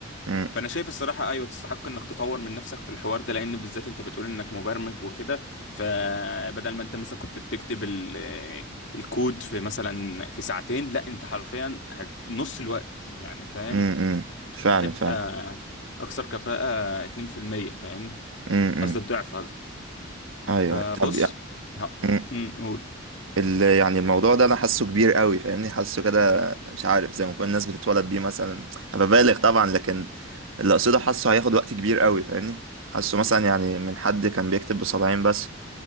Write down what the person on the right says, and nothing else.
امم
امم امم. فعلا
فعلا
امم امم.
ايوه أيوة.
طب يا-
مم.
ال... يعني الموضوع ده انا حاسه كبير قوي فاهمني حاسه كده مش عارف زي ما كل الناس بتتولد بيه مثلا انا ببالغ طبعا لكن اللي اقصده حاسه هياخد وقت كبير قوي فاهمني حاسه مثلا يعني من حد كان بيكتب بصباعين بس